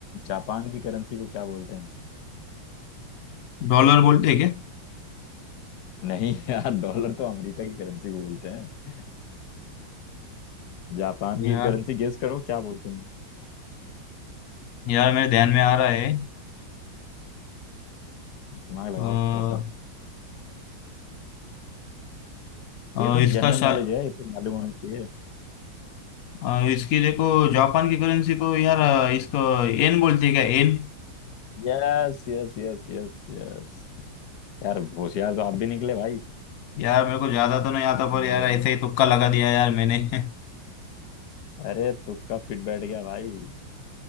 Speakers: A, on the left; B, on the left.
A: जापान की करेंसी को क्या बोलते हैं
B: डॉलर बोलते हैं क्या
A: नहीं यार डॉलर तो अमेरिका की करेंसी को बोलते हैं जापान की
B: यार
A: करेंसी गेस करो क्या बोलते हैं
B: यार मेरे ध्यान में आ रहा है
A: दिमाग लगाओ
B: अ,
A: थोड़ा सा
B: अ,
A: ये तो
B: इसका
A: जनरल नॉलेज
B: शा,
A: है ये तो मालूम होना चाहिए
B: अ, इसकी देखो जापान की करेंसी को यार अ, इसको एन बोलते हैं क्या एन
A: Yes yes yes yes yes यार होशियार तो आप भी निकले भाई
B: यार मेरे को ज्यादा तो नहीं आता पर
A: तो,
B: यार ऐसे ही तुक्का लगा दिया यार मैंने <laughs>
A: अरे तुक्का फिट बैठ गया भाई